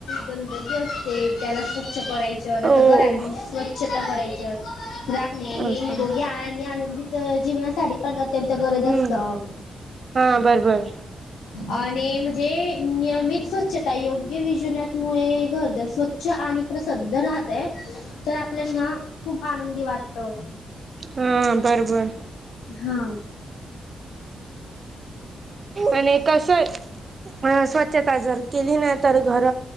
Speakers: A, on the left (about 80°); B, on the right (about 45°).
A: गंधगी असते त्याला स्वच्छ करायचं, नाही
B: हो
A: तर घरातील स्वच्छता करायचं. राखणे हे
B: असं
A: निरोगी आणि आनंदीच जीवनासाठी पण अत्यंत गरज
B: हम्म
A: असतं.
B: हा, बर बर.
A: आणि म्हणजे नियमित स्वच्छता योग्य विजूनत मुळे घर जर स्वच्छ आणि प्रसिद्ध राहतंय, तर आपल्याला ना खूप आनंदी वा वाटतं.
B: हा, बर बर.
A: हा.
B: आणि कसं. अ स्वच्छता जर केली नाही तर घर